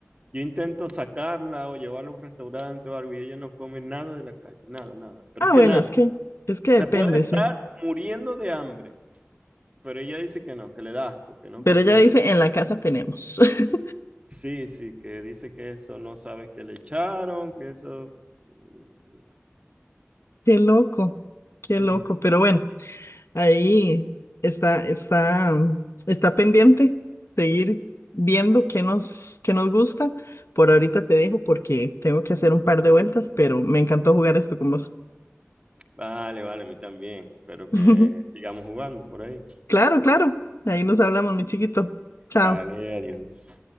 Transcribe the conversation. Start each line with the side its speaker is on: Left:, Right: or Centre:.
Right: yo intento sacarla o llevarla a un restaurante o algo y ella no come nada de la calle, nada, nada. Pero
Left: Ah,
Right: es que
Left: bueno,
Right: nada.
Left: es que, es que depende,
Right: Se puede estar
Left: sí,
Right: muriendo de hambre, pero ella dice que no, que le da asco, que no
Left: pero
Right: come
Left: ella
Right: nada.
Left: dice, en la casa tenemos. <laughs>
Right: Sí, sí, que dice que eso no sabe que le echaron, que eso. Mm,
Left: Qué loco, qué
Right: mm,
Left: loco, pero bueno. Ahí está, está, está pendiente seguir viendo qué nos, qué nos gusta. Por ahorita te dejo porque tengo que hacer un par de vueltas, pero me encantó jugar esto con vos.
Right: Vale, vale, a mí también. Espero
Left: <laughs>
Right: que sigamos jugando por ahí.
Left: Claro, claro. Ahí nos hablamos, mi chiquito. Chao.
Right: Vale, adiós.